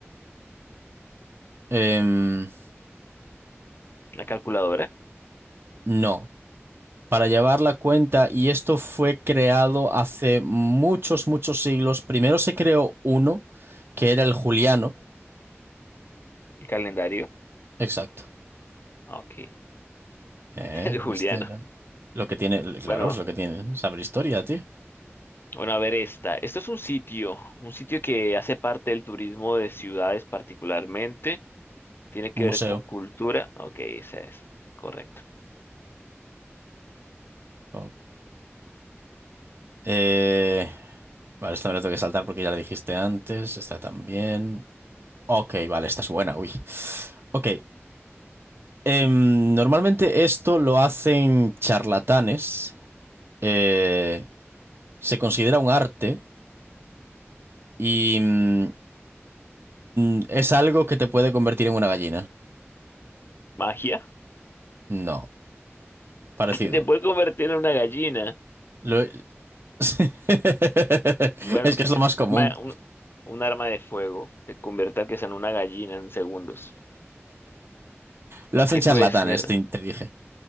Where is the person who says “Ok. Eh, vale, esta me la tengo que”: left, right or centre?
Right